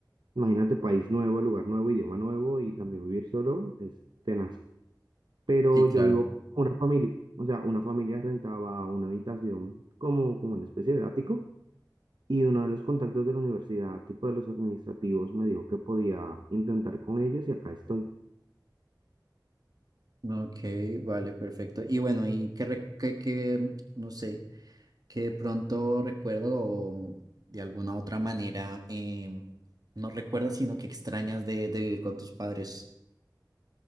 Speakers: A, on the right (about 75°); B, on the right (about 55°).
A: Imagínate, país nuevo, lugar nuevo, idioma nuevo y también vivir solo es tenaz. Pero
B: Sí, claro.
A: yo vivo con una familia, o sea, una familia rentaba una habitación como, como una especie de ático y uno de los contactos de la universidad, tipo de los administrativos, me dijo que podía intentar con ellos y acá estoy.
B: Ok, vale, perfecto. Y bueno, ¿y qué, re- qué, qué, no sé? que de pronto recuerdo o de alguna otra manera em, no recuerdas, sino que extrañas de, de vivir con tus padres.